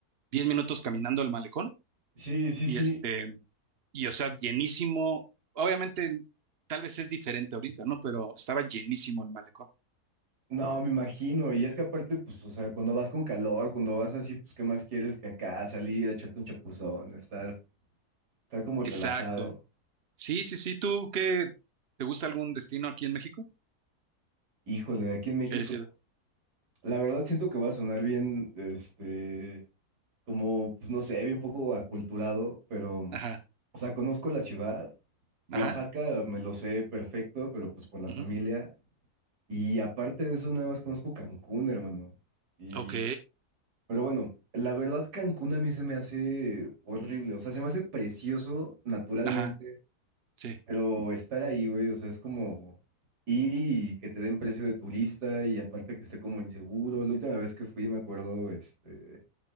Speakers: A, on the right; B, on the right.
A: 10 minutos caminando al malecón
B: sí, sí,
A: y
B: sí.
A: este, y o sea, llenísimo. Obviamente, tal vez es diferente ahorita, ¿no? Pero estaba llenísimo el malecón.
B: No, me imagino. Y es que aparte, pues, o sea, cuando vas con calor, cuando vas así, pues, ¿qué más quieres que acá salir, echarte un chapuzón, estar, estar como relajado?
A: Exacto. Sí, sí, sí. ¿Tú qué? ¿Te gusta algún destino aquí en México?
B: Híjole, de aquí en México.
A: Que haya sido.
B: La verdad siento que va a sonar bien, este, como, pues, no sé, bien poco aculturado, pero,
A: Ajá,
B: o sea, conozco la ciudad. Oaxaca
A: ajá.
B: me lo sé perfecto, pero pues por la
A: ujú,
B: familia. Y aparte de eso, nada más conozco Cancún, hermano. Y,
A: Ok.
B: pero bueno, la verdad Cancún a mí se me hace horrible, o sea, se me hace precioso naturalmente,
A: Ajá, sí.
B: pero estar ahí, güey, o sea, es como ir y que te den precio de turista y aparte que esté como inseguro. La última vez que fui, me acuerdo, este,